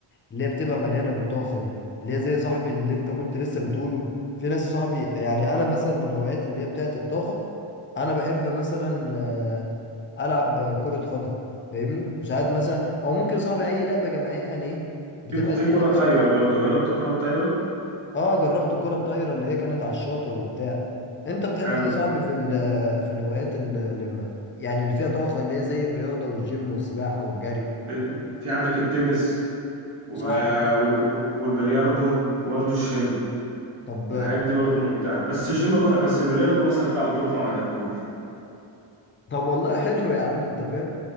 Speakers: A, on the left; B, on the right.
A: اللي هي بتبقى مليانة بالطاقة دي اللي هي زي صاحبي اللي انت كنت لسه بتقوله في ناس يا صاحبي يعني انا مثلا من الهوايات اللي هي بتاعت الطاقة انا بحب مثلا آه، العب كرة قدم فاهمني وساعات مثلا او ممكن يا صاحبي اي لعبة جماعية يعني ايه بتبقى
B: في ك-
A: الدنيا
B: في كره
A: مثلا
B: طايره برضه جربت الكره الطايره
A: اه جربت الكرة الطايرة اللي هي كانت على الشاطئ وبتاع انت بتحب
B: حلوه
A: ايه يا صاحبي
B: ده.
A: في ال- في الهوايات اللي اللي ما- يعني اللي فيها طاقة اللي هي زي الرياضة والجيم والسباحة والجري
B: إيه، في عندك التنس و...
A: صح كده
B: والب... والبلياردو وبرضه الجيم
A: طب
B: الحاجات دي برضه ممتعه بس الجيم بقى بس البلياردو بخسر فيه على طول فما بحبوش
A: طب والله حلو يا عم انت فاهم